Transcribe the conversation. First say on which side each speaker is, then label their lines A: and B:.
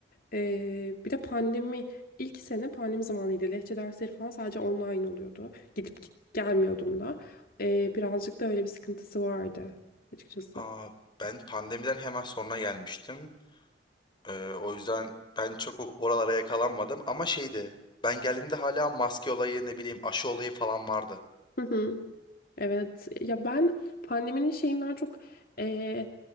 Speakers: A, on the left; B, on the left.
A: E, bir de pandemi ilk sene pandemi zamanıydı. Lehçe dersleri falan sadece online oluyordu. Gidip git- gelmiyordum da. E, birazcık da öyle bir sıkıntısı vardı açıkçası.
B: Aa, ben pandemiden hemen sonra gelmiştim. Ee, o yüzden ben çok o- oralara yakalanmadım ama şeydi. Ben geldiğimde hala maske olayı ne bileyim aşı olayı falan vardı.
A: <laughs> Evet ya ben pandeminin şeyinden çok eee,